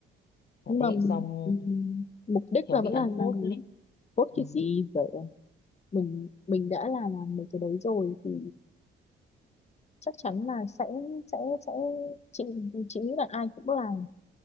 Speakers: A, on the left; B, on the left.
A: Thật
B: nhưng mà
A: đấy xong
B: ừm, mục đích
A: khéo
B: là
A: bị
B: vẫn
A: ăn
B: là làm
A: phốt
B: đúng
A: lên
B: cốt cái
A: ừ.
B: gì vậy mình mình đã là làm mấy cái đấy rồi thì chắc chắn là sẽ sẽ sẽ chị chị nghĩ là ai cũng làm